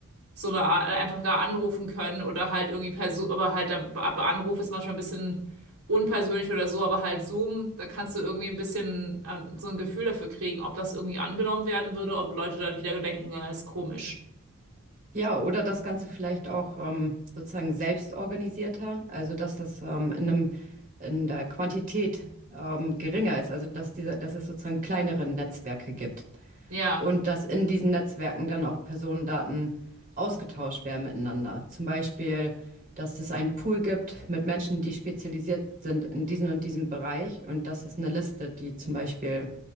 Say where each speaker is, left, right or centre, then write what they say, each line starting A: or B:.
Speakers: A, on the right; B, on the right.
A: so eine Art, einfach da anrufen können oder halt irgendwie per Zoom, aber halt ab ab Anruf ist manchmal ein bisschen unpersönlich oder so, aber halt Zoom, da kannst du irgendwie ein bisschen ähm, so ein Gefühl dafür kriegen, ob das irgendwie angenommen werden würde, ob Leute dann wieder denken, ja, ist komisch.
B: Ja, oder das Ganze vielleicht auch ähm, sozusagen selbst organisierter, also dass das ähm, in einem, in der Quantität ähm, geringer ist, also dass diese, dass es sozusagen kleinere Netzwerke gibt
A: Ja,
B: und dass in diesen Netzwerken dann auch Personendaten ausgetauscht werden miteinander. Zum Beispiel, dass es einen Pool gibt mit Menschen, die spezialisiert sind in diesem und diesem Bereich und das ist eine Liste, die zum Beispiel